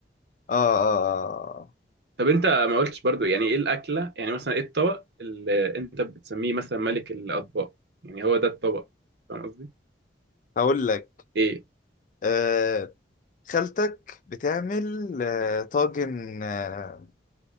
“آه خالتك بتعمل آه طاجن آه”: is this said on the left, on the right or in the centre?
Left